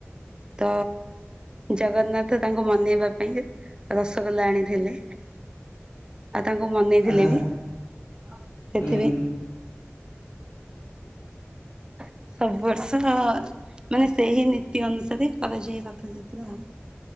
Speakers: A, on the right; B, on the left.
A: ତ ଜଗନ୍ନାଥ ତାଙ୍କୁ ମନେଇବା ପାଇଁ ରସଗୋଲା ଆଣିଥିଲେ। ଆଉ ତାଙ୍କୁ ମନେଇଥିଲେ
B: ଆଚ୍ଛା
A: ବି ସେଥିପାଇଁ।
B: ହୁଁ ହୁଁ
A: <inaudible> ସବୁ ବର୍ଷ ମାନେ ସେହି ନୀତି ଅନୁସାରେ କରାଯାଏ ରଥଯାତ୍ରା। <inaudible>